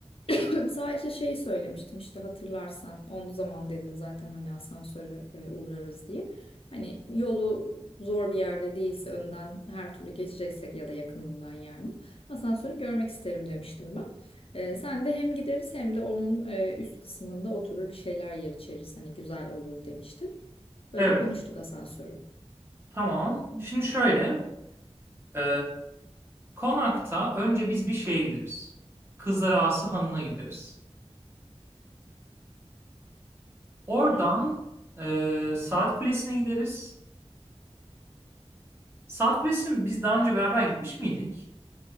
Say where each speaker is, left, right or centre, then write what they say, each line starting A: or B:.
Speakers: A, on the left; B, on the right.
A: <coughs> <clears throat> Sadece şey söylemiştim işte hatırlarsan. Onu zaman dedin zaten hani asansörle e, uğrarız diye. Hani yolu zor bir yerde değilse önden her türlü geçeceksek ya da yakınından yani asansörü görmek isterim demiştim ben. E, sen de hem gideriz hem de onun e, üst kısmında oturur bir şeyler yer içeriz. Hani güzel olur demiştin. Öyle
B: Evet.
A: konuştuk asansörü.
B: Tamam. Şimdi şöyle. e, konakta önce biz bir şeye gideriz. Kızlar Ağası Hanı'na gideriz. Oradan
A: Hı.
B: e, Saat Kulesi'ne gideriz. Saat Kulesi'ne biz daha önce beraber gitmiş miydik?